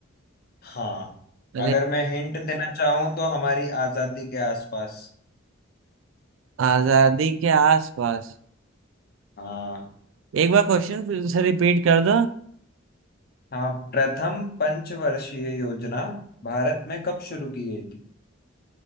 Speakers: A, on the left; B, on the right.
A: हाँ
B: अरे
A: अगर मैं हिंट देना चाहूँ तो हमारी आजादी के आसपास
B: आजादी के आसपास
A: हाँ
B: एक बार क्वेश्चन फिर से रिपीट कर दो
A: हाँ प्रथम पंचवर्षीय योजना भारत में कब शुरू की गई थी